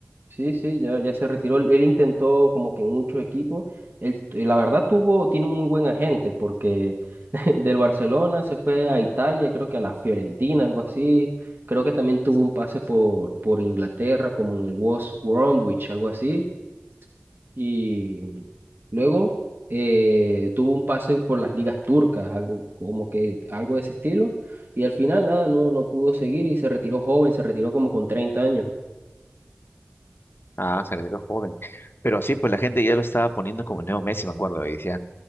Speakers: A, on the right; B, on the left.
A: Sí, sí, ya, ya se retiró. Él él intentó como que en muchos equipos. Él, y la verdad tuvo, tiene un muy buen agente porque <laughs> del Barcelona se fue a Italia, creo que a la Fiorentina, algo así. Creo que también tuvo un pase por, por Inglaterra, como en el West Bromwich, algo así. Y luego eh, tuvo un pase por las ligas turcas, algo como que algo de ese estilo. Y al final nada, no, no pudo seguir y se retiró joven, se retiró como con 30 años.
B: Ah, se retiró joven. Pero sí, pues la gente ya lo estaba poniendo como el nuevo Messi, me acuerdo, y decía,